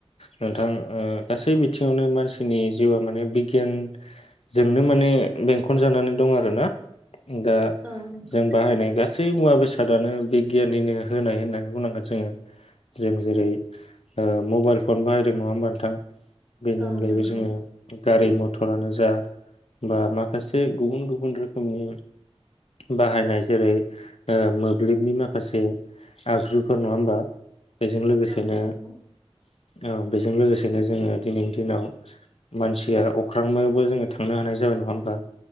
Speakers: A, on the left; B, on the right.
A: नोंथां ओ गासै बिथिङावनो मानसिनि जिउआ माने बिगियान जोंनो माने बेंखन जानानै दं आरोना। दा
B: औ नंगौ
A: जों
B: थारैनो
A: बाहायनाय गासै मुवा बेसाद सादानो बिगियाननिनो होनाय होननानै बुंनांगोन जोंङो जों जेरै ओ मबाइल फन बाहायदों नङा होमबा नोंथां? बेनि
B: औ
A: अनगायैबो
B: नंगौ
A: जोङो गारि मथरानो जा बा माखासे गुबुन गुबुन रोखोमनि बाहायनाय जेरै ओ मोब ब्लिबनि माखासे आगजुफोर नङा होमबा? बेजों लोगोसेनो
B: औ नंगौ
A: औ बेजों लोगोसेनो जोंङो दिनैनि दिनाव मानसिया अख्रांमायावबो जोंङो थांनो हानाय जाबाय नङा होमबा?